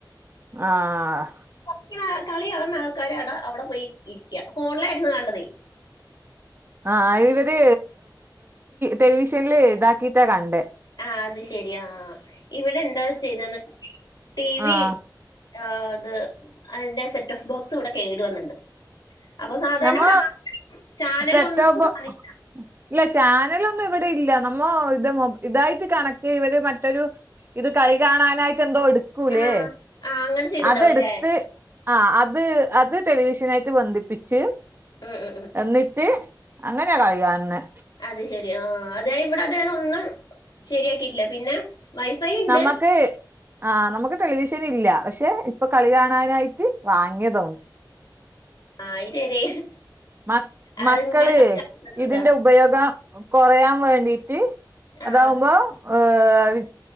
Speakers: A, on the right; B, on the left.
A: ആഹ്
B: കളിക്കണ കളികാണുന്ന ആൾക്കാര് അടെ അവിടെ പോയി ഇരിക്ക ഫോണിലായിരുന്നു കാണ്ടതേ
A: ആഹ് ആഹ് ഇവര് ടെലിവിഷനില് ഇതാക്കിട്ടാ കണ്ടേ
B: ആഹ് അത് ശെരിയാ ആഹ് ഇവിടെ എന്താ ചെയ്തെ <unintelligible> ടി വി
A: ആ
B: ആ അത് അതിന്റെ സെറ്റ് ഓഫ് ബോക്സ് ഇവിടെ കേട് വന്ന്ണ്ട് അപ്പൊ സാധാരണവിടെ
A: നമ്മ
B: ആ <unintelligible> ചാനല്
A: സെറ്റോബോ
B: ഒന്നും കാണില്ല
A: ഇല്ല ചാനലൊന്നും ഇവിടെ ഇല്ല നമ്മ ഇത് മൊ ഇതായിട്ട് കണക്ട് ഇവര് മറ്റൊരു ഇത് കളി കാണാനായിട്ട് എന്തോ എടുക്കൂലേ
B: ആഹ് ആഹ് അങ്ങനെ ചെയ്തിണ്ടാവും
A: അതെടുത്ത്
B: അല്ലേ
A: ആഹ് അത് അത് ടെലിവിഷനായിട്ട് ബന്ധിപ്പിച്ച്
B: <unintelligible>
A: എന്നിട്ട് അങ്ങനെയാ കളി കാണണേ
B: അത് ശെരി ആ അതാ ഇവിടെ അതന്ന ഒന്ന് ശരിയാക്കിട്ടില്ല പിന്നെ വൈഫൈ ഇണ്ട്
A: നമ്മക്ക് ആഹ് നമുക്ക് ടെലിവിഷൻ ഇല്ല പക്ഷെ ഇപ്പൊ കളി കാണാനായിട്ട് വാങ്ങിയതോ
B: ആയ് ശരി
A: മ
B: അത്ങ്ങനെ
A: മക്കള്
B: കണ്ട്
A: ഇതിന്റെ
B: ഇതാ
A: ഉപയോഗം കുറയാൻ വേണ്ടിട്ട് അതാവുമ്പോ
B: ആഹ്
A: ഏ വി